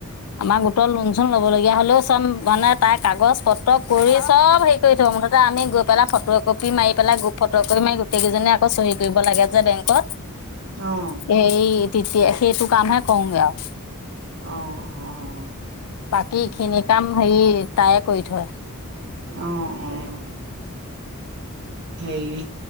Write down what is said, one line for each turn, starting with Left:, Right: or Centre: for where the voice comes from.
Left: আমাৰ গোটৰ লোন চোন ল'বলগীয়া হ'লেও, চব মানে তাইৰ কাগজ পত্ৰ কৰি, চব হেৰি কৰি থ'ব, মুঠতে আমি গৈ পেলাই ফটো একপি মাৰি পেলাই, গ্ৰুপ ফটো একপি মাৰি গোটেইকেইজনি আকৌ চহী কৰিব লাগে যে বেংকত।
Right: অ'।
Left: সেই তেতিয়া, সেইটো কামহে কৰোগে আৰু।
Right: অ', অ'।
Left: বাকী খিনি কাম হেৰি তায়ে কৰি থয়।
Right: অ' অ', হেৰী